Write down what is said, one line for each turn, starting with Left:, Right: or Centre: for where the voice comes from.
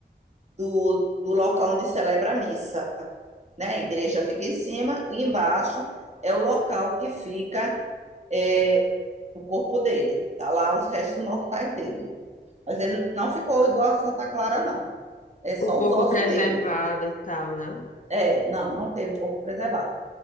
Right: do, do local onde celebra a missa. né? A igreja fica em cima e embaixo é o local que fica é, o corpo dele. Tá lá os restos mortais dele. Mas ele não ficou igual a Santa Clara, não. É só
Left: O corpo
Right: os ossos
Left: preservado
Right: mesmo.
Left: e tal, né?
Right: É, não, não teve o corpo preservado.